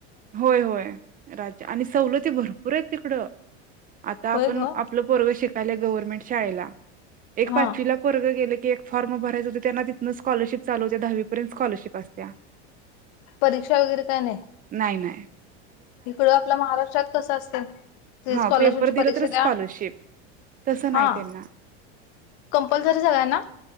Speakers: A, on the right; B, on the left.
A: होय व्हय राज्य आणि सवलती भरपूर येतं तिकड. आता
B: होय
A: आपण
B: ग
A: आपलं पोरग शिक पहिले गवर्नमेंट शाळेला एक
B: हा
A: पाचवीला पोरग गेल ते एक फॉर्म भरायच होत त्यानं तिथंन स्कॉलरशिप चालू होते दहावी पर्यंत स्कॉलरशिप असत्या.
B: परीक्षा वगैरे काय नाय
A: नाई नाय
B: इकडं आपल्या महाराष्ट्रात कस असत, ते
A: हा
B: स्कॉलरशिपची
A: पेपर दिला
B: परीक्षा
A: तर स्कॉलरशिप.
B: द्या,
A: तसं नाही
B: हां
A: त्यांना
B: कम्प्लसरी सगळ्यांना